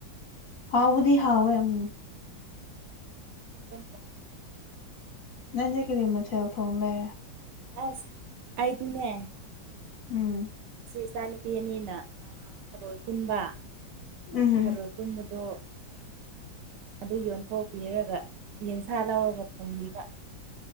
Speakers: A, on the left; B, on the right.
A: ꯍꯥꯎꯕꯨꯗꯤ ꯍꯥꯎꯋꯦ ꯎꯝ
B: <inaudible>
A: ꯅꯪꯗꯤ ꯀꯔꯤ ꯃꯊꯦꯜ ꯊꫭꯡꯂꯦ꯫
B: ꯑꯁ ꯑꯩꯗꯤꯅꯦ
A: ꯎꯝ꯫
B: ꯁꯤ ꯏꯆꯥꯅꯨꯄꯤ ꯑꯅꯤꯅ ꯊꯔꯣꯏ ꯈꯨꯟꯕꯥ
A: ꯎꯝ
B: ꯊꯔꯣꯏ ꯈꯩꯟꯕꯗꯣ <unintelligible> <unintelligible> ꯑꯗꯨ ꯌꯣꯟꯊꯣꯛꯄꯤꯔꯒ ꯌꯦꯟꯁꯥ ꯂꯥꯎꯔꯒ ꯊꫭꯡꯕꯤꯕ꯫